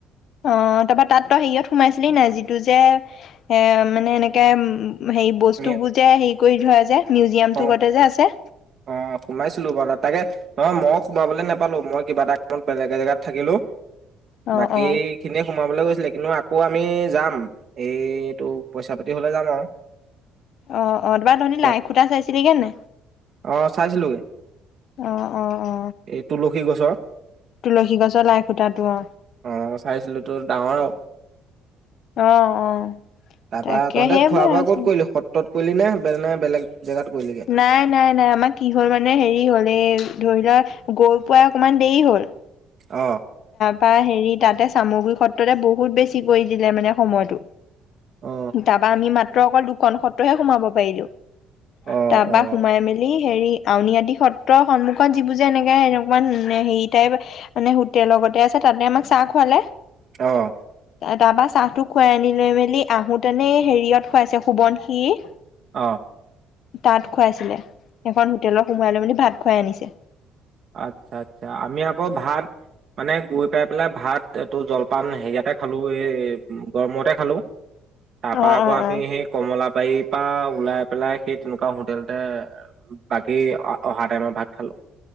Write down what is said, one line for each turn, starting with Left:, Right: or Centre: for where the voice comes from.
Left: অ তাৰপৰা তাত তো হেৰিয়ত সোমাইছিলি নাই যিটো যে এ মানে এনেকে উ হেৰি বস্তুবোৰ
Right: আমি
Left: যে হেৰি কৰি ধোৱে যে, মিউজিয়ামটো
Right: শং
Left: গতে যে আছে
Right: অ সোমাইছিলো বাৰু তাকে নহ মই সোমাবলৈ নাপালো মই কিবা এটা কামত বেলেগে জেগাত থাকিলো
Left: অ
Right: বাকীখিনিয়ে
Left: অ
Right: সোমাবলৈ গৈছিলে কিন্তু আকৌ আমি যাম এইটো পইচা পাতি হলে যাম আৰু।
Left: অ অ <unintelligible>
Right: এতিয়া
Left: লাই খুটা চাইছে। তেনেগে নে?
Right: অ চাইছিলোগে
Left: অ অ অ
Right: এই তুলসী গছৰ
Left: তুলসী গছৰ লাই সূতাটো অ,
Right: অ চাইছিলো তো ডাঙৰ আৰু
Left: অ অ।
Right: তাৰ
Left: তাকে
Right: পৰা তহতে
Left: সেইবোৰে
Right: খোৱা বোৱা
Left: আৰু
Right: ক'ত কৰিলি? সত্ৰ ত কৰিলি নে <unintelligible> বেলেগ জেগাত কৰিলিগে
Left: নাই নাই নাই আমাৰ কি হ'ল মানে হেৰি হ'ল। এ ধৰি লোৱা গৈ পোৱা অকণমান দেৰি হ'ল।
Right: অ।
Left: তাৰ হেৰি তাতে চামগুৰি সত্ৰতে বহুত বেছি কৰি দিলে মানে সময়তটো।
Right: অ
Left: তাবা আমি মাত তোৰ অকল দুখন সত্ৰহে সোমাব পাৰিলো।
Right: অ
Left: তাৰপা
Right: অ
Left: সোমাই মেলি হেৰি। আউনীআদি সত্ৰৰ সন্মুখত যিবোৰ যে এনেকে এনেকা হেৰি টাইপ মানে হোটেল লগতে আছে, তাতে আমাক চাহ খুৱালে।
Right: অ।
Left: তাৰাবা চাহটো খুৱাই আনি লৈ মেলি আহোঁতেনে হেৰিয়ত খুৱাইছে সোৱণশিৰি
Right: অ'।
Left: তাত খুৱাইছিলে। এখন হোটেলত সোমোৱাই লৈ পিনে ভাত খুৱাই আনিছে।
Right: আচ্ছা, আচ্ছা আমি আকৌ ভাত মানে, গৈ পাই পেলাই ভাত তোৰ জলপান হেৰিয়াতে খালো এই গড়মূৰতে খালো। তাৰ পৰা
Left: অ
Right: আকৌ
Left: অ
Right: আমি
Left: অ
Right: সেই কমলা বাৰীৰ পৰা ওলাই পেলাই সেই তেনেকুৱা হোটেলতে বাকী অহা টাইমৰ ভাগ খালো।